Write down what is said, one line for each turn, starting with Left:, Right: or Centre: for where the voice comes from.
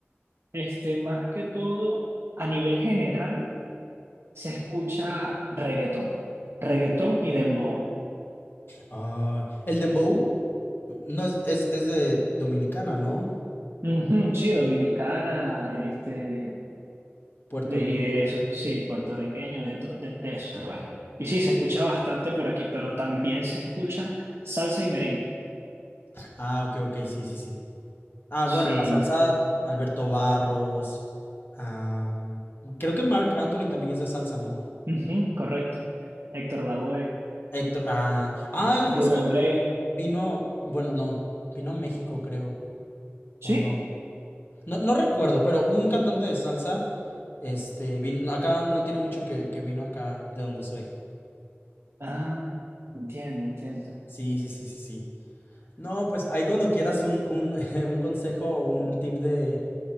Right: Este, más que todo, a nivel general. se escucha reggaetón, reggaetón y dembow.
Left: Ah, el dembow no es, es, es de Dominicana, ¿no?
Right: Ujú, sí, dominicana, este,
Left: Puerto
Right: de,
Left: Rico.
Right: y de eso, sí, puertorriqueño, de, to- de, de eso, pues. Y sí, se escucha bastante por aquí, pero también se escucha salsa y merengue.
Left: Ah, ok, ok, sí, sí, sí. Ah,
Right: Sí,
Left: bueno, la salsa, Alberto Barros. am, creo que Marc Anthony también es de salsa, ¿no?
Right: ujú, correcto. Héctor Lavoe,
Left: Héctor, ah, ah, él justo
Right: Rubén Blade,
Left: vino, bueno, no, vino a México, creo,
Right: sí.
Left: o no. No, no recuerdo, pero un cantante de salsa, este, vino, acá no tiene mucho que, que vino acá de donde soy.
Right: Ah, entiendo, entiendo.
Left: Sí, sí, sí, sí, sí. No, pues ahí cuando quieras un, un, <laughs> un consejo o un tip de,